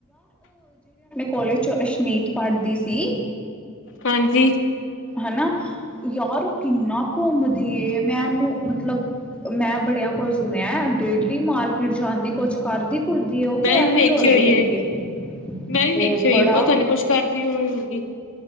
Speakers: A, in the centre; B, on the left (about 60°).
A: ਕਾਲਜ ਚੋਂ ਅਸ਼ਮੀਤ ਪੜ੍ਹਦੀ ਸੀ।
B: ਹਾਂਜੀ।
A: ਹਨਾ ਯਾਰ ਉਹ ਕਿੰਨਾ ਘੁੰਮਦੀ ਏ, ਮੈਂ ਉਹਨੂੰ ਮਤਲਬ ਮੈਂ ਬੜਿਆਂ ਕੋਲ ਸੁਣਿਆ, ਡੇਲੀ ਮਾਰਕੀਟ ਜਾਂਦੀ ਕੁਛ ਕਰਦੀ ਕੁਰਦੀ ਏ ਉਹ ਕਿ
B: ਮੈਂ
A: ਐਵੇਂ
B: ਵੀ ਵੇਖੀ
A: ਰੋਲਦੀ
B: ਹੋਈ
A: ਰਹਿੰਦੀ
B: ਏ, ਮੈਂ
A: ਬਹੁ
B: ਵੀ ਵੇਖੀ ਹੋਈ
A: ਬੜਾ
B: ਏ, ਪਤਾ ਨੀ ਕੁੱਛ ਕਰ ਦੀ ਹੋਏਗੀ।